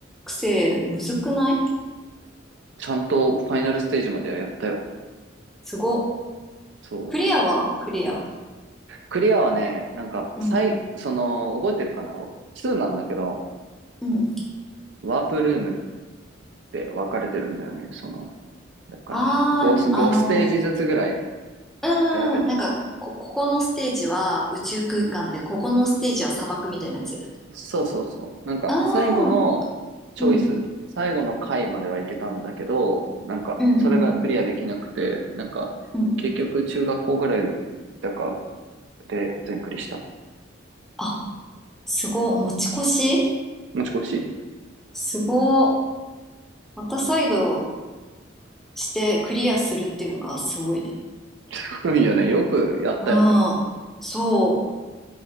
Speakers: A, in the centre; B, on the right (about 65°).
A: 生、むずくない
B: ちゃんとファイナルステージまではやったよ。
A: すご。
B: そう。
A: クリアはクリア。
B: クリアはね、なんか、
A: うん。
B: 最、その、覚えてるかな ?2 なんだけど、
A: うん。
B: ワープルームって分かれてるんだよね。その、だから、
A: ああ、
B: 5、5ステージずつぐらい
A: あの、うーん、
B: 選べるじゃん。
A: なんか、こ、ここのステージは宇宙空間で、
B: うん。
A: ここのステージは砂漠みたいなやつ。
B: そうそうそう。なんか、
A: あ
B: 最後のチョイス、
A: あ、うん。
B: 最後の回まではいけたんだけど、なんか、
A: うんうん
B: それがクリアできなくて、なんか、
A: うん。
B: 結局、中学校ぐらいだかで全クリした。
A: あ、すご。持ち越し
B: もしもし。
A: すご。また再度してクリアするっていうのがすごいね。
B: <laughs> すごいよね。よくやったよね。
A: うん。そう。